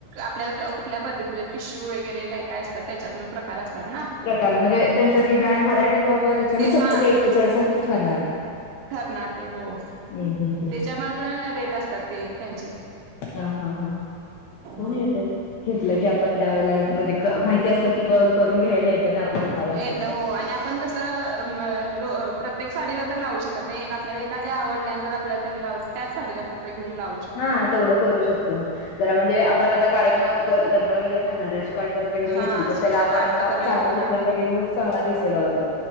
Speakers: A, on the right (about 80°); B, on the left (about 75°).
A: आपल्याला कुठल्या पद्धतीचे टिशू वगैरे काय काय असतात त्याच्यात पण प्रकार असतात ना.
B: प्रकार म्हणजे त्यांच डिझाईन
A: हा
B: व्हरायटी ज <unintelligible> त्यांच्या नुसार
A: हा
B: रेट त्याच्यानुसार ठरणार.
A: ठरणार ते हो
B: हम्म हम्म हम्म.
A: त्याच्यामुळ पण रेट असतात ते. त्यांचे
B: हां हां हां
A: ह
B: बघूयात. घेतल की आपण त्यावेेळेला म्हणजे माहिती असल की ब करून घ्यायला येतय ना. आपल्याला हवं
A: येत
B: असेल तर.
A: हो आणि पण कस मग रोज प्रत्येक साडीला तर लावू शकत नाही आपल्याला एखाद्या आवडली जर आपल्याला त्याला लाव त्याच साडीला फक्त घेऊन लाव
B: हां तेवढ करू शकतो जरा म्हणजे आपण आता कार्यक्रमात लग्न वगैरे घालणार आहे अशी काठप पदर वगैरे
A: हा
B: घेतली तर त्याला आपण
A: काठ पदर वगैरे
B: चांगल
A: हा
B: दिसण्यासाठी एक लुक चांगला दिसेल अजून.